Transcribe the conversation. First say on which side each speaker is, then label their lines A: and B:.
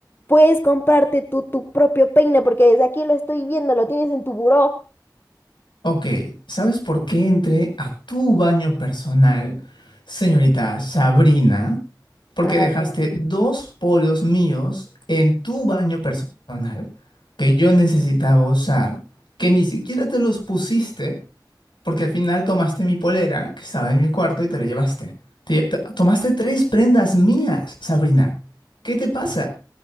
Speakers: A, on the left (about 30°); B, on the left (about 80°).
A: puedes comprarte tú tu propio peine porque desde aquí lo estoy viendo, lo tienes en tu buró.
B: Ok, ¿sabes por qué entré a tu baño personal, señorita Sabrina? Porque
A: Ah,
B: dejaste dos polos míos en tu baño personal que yo necesitaba usar, que ni siquiera te los pusiste Porque al final tomaste mi polera, que estaba en mi cuarto, y te la llevaste. Te lle- to- tomaste tres prendas mías, Sabrina. ¿Qué te pasa?